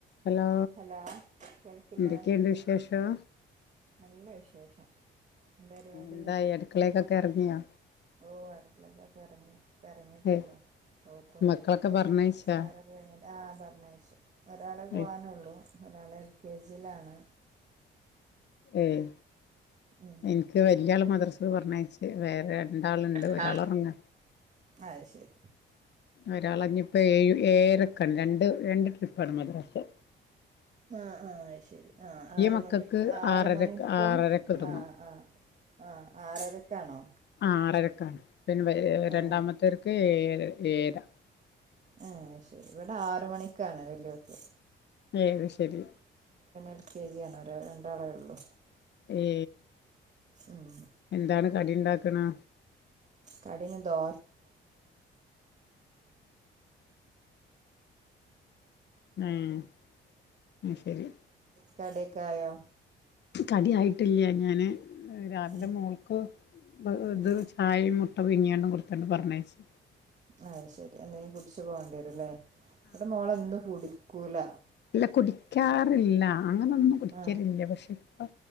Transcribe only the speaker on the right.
hello കേൾക്കില്ലേ
നല്ല വിശേഷം എന്താ പരിപാടി
ഓ അടക്കളയിൽ നിന്ന് ഒക്കെ ഇറങ്ങി ഇപ്പൊ ഇറങ്ങിട്ടുള്ളു
ഒ ഓതും
നിസ്സ്കാരൊക്കെ കഴിഞ്ഞി ആഹ് <unintelligible> ഒരാളെ പോകാനുള്ളൂ
ഒരാള് എൽ കെ ജിയിലാണ്
ഉം
രണ്ടാള്
അത് ശരി
ആ ആ ആയി ശരി ആ ആറ്
മണി ആറ
മണിക്കും
ആ ആ ആ ആറരക്കാണോ
ആ
ആഏ ശരി ഇവിടെ ആറ് മണിക്കാണ് വല്യ ഓക്ക്
എൽ കെ ജി ആാണ് ഒ രണ്ടാളേ ഉള്ളൂ
ഉം
കടിന്ന് ദോ
കടി ഒക്കെ ആയോ
ഉം
ഉം
അയ് ശരി എന്തെങ്കിലും കുടിച്ചു പോകേണ്ടി വരും ല്ലേ ഇവടെ മോളെന്ന് കൂടി ക്കൂല
ആ